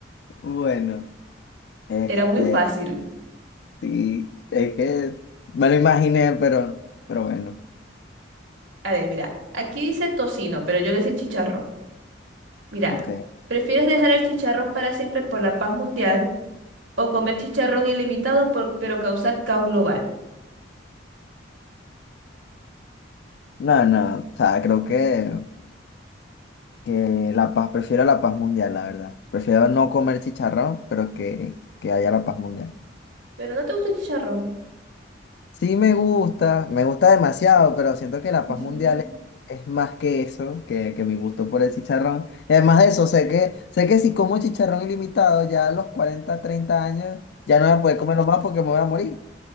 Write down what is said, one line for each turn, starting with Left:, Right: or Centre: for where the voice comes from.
Left: Bueno, este,
Right: Era muy fácil.
Left: sí, es que me lo imaginé, pero, pero bueno,
Right: A ver, mira, aquí dice tocino, pero yo le hice chicharrón. Mira,
Left: ok.
Right: ¿prefieres dejar el chicharrón para siempre por la paz mundial? O comer chicharrón ilimitado por- pero causar caos global.
Left: No, no, o sea, creo que Que la paz, prefiero la paz mundial, la verdad. Prefiero no comer chicharrón, pero que, que haya la paz mundial.
Right: Pero no te gusta el chicharrón.
Left: Sí me gusta, me gusta demasiado, pero siento que
Right: <laughs>
Left: la paz mundial es, es más que eso, que, que mi gusto por el chicharrón. Y además de eso, sé que, sé que si como chicharrón ilimitado, ya a los 40 30 años, ya no voy a poder comerlo más porque me voy a morir.